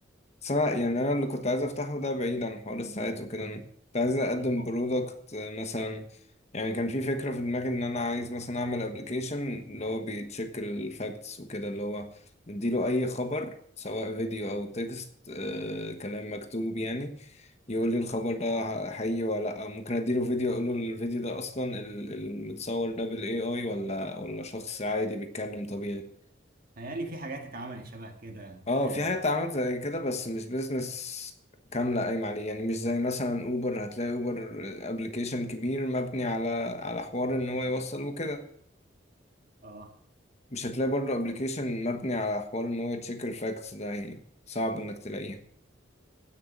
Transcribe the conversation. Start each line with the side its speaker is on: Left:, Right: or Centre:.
Left: بس أنا يعني أنا اللي كنت عايز أفتحه ده بعيد عن حوار الساعات وكده أنا كنت عايز أقدم
Right: ما هو-
Left: برودكت مثلا يعني كان في فكرة في دماغي إن أنا عايز مثلا أعمل أبلكيشن اللي هو بيتشيك الفاكتس وكده اللي هو نديله أي خبر سواء فيديو أو تكست آه كلام مكتوب يعني يقول لي
Right: آه.
Left: الخبر ده حقيقي ولا لأ ممكن أديله فيديو أقول له الفيديو ده أصلا ال- المتصور ده بال AI ولا ولا شخص عادي بيتكلم طبيعي
Right: تهيألي في حاجات اتعملت شبه كده
Left: اه
Right: اه
Left: في حاجات اتعملت زي كده بس مش بيزنس كاملة قايمة عليه يعني مش زي مثلا اوبر هتلاقي اوبر ابلكيشن كبير مبني على على حوار ان هو يوصل وكده
Right: آه.
Left: مش هتلاقي برضه ابلكيشن مبني على حوار ان هو يتشيك الفاكتس ده يعني صعب انك تلاقيه